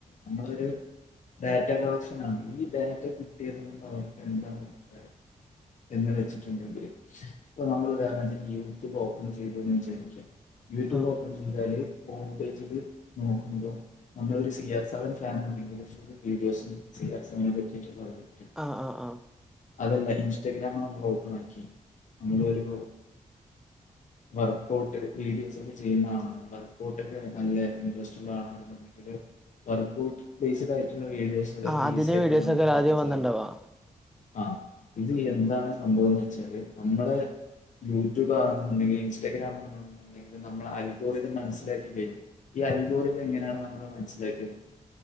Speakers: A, on the left; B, in the centre.
A: നമ്മളൊരു ഡാറ്റ കളക്ഷൻ ആണ് ഈ ഡാറ്റ കിട്ടിയത് കൊണ്ട് അവർക്ക് എന്താണ് ഉപകാരം എങ്ങനെ വെച്ചിട്ടുണ്ടെങ്കിലും അപ്പൊ നമ്മൾ ഉദാഹരണംത്തിന് യൂട്യൂബ് ഓപ്പൺ ചെയ്തു എന്ന് വിചാരിക്ക യൂട്യൂബ്
B: ആ
A: ഓപ്പൺ ചെയ്താല് ഫോൺ പേജില് നോക്കുമ്പോ നമ്മളൊരു സി ആർ സെവൻ ഫാനാണെങ്കും ഫുൾ വീഡിയോസും സി ആർ സെവനെ പറ്റിയിട്ടുളളതായിരിക്കും
B: ആഹ് ആഹ് ആഹ്
A: അതല്ല ഇൻസ്റ്റഗ്രാമിൽ നമ്മള് ഓപ്പൺ ആക്കി നമ്മളൊരു വർക്കഔട്ട് വീഡിയോസ് ഒക്കെ ചെയ്യുന്ന ആള് വർക്കഔട്ട ഒക്കെ നല്ല ഇൻട്രസ്റ്റ്ള്ള ആള് വർക്കൗട്ട് ബേസ്ഡ് ആയിട്ടുള്ള വീഡിയോസ്
B: ആ
A: റീൽസ്
B: അതിന്
A: ആയിട്ട്
B: വീഡിയോസ്
A: നമുക്ക്
B: ഒക്കെ
A: കാണാൻ
B: ആദ്യം വന്നിണ്ടാവാ
A: സാധിക്കും ആഹ് ഇത് എന്താണ് സംഭവംന്ന് വെച്ചാല് നമ്മള് ഇ യൂടൂബണെന്നുണ്ടെങ്കിൽ ഇൻസ്റ്റഗ്രാം ആണുെങ്കിൽ നമ്മള് അൽഗോരിതം ഇത് മനസ്സിലാക്കി കഴിയും ഈ അൽഗോരിത എങ്ങനെയാണ് നമ്മള് മനസ്സിലാക്കിയ